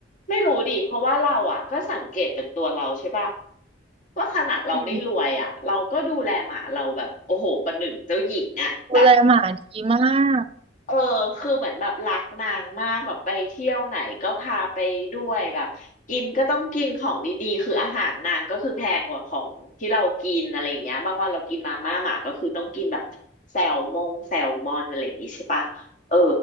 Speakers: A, on the left; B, on the right.
A: ไม่รู้ดิเพราะว่าเราอ่ะก็สังเกตจากตัวเราใช่ป่ะว่าขนาดเราไม่รวยอ่ะเราก็ดูแลหมาเราแบบโอ้โหประหนึ่งเจ้าหญิงอ่ะแบบ
B: อืมดูแลหมาดีมาก
A: เออ คือเหมือนแบบรักนางมากแบบไปเที่ยวไหนก็พาไปด้วยแบบกินก็ต้องกินของดีๆคืออาหารนางก็คือแพงกว่าของที่เรากินอะไรอย่างเงี้ยบางวันเรากินมาม่าหมาก็คือต้องกินแบบแซลมงแซลมอนอะไรอย่างงี้ใช่ปะเออ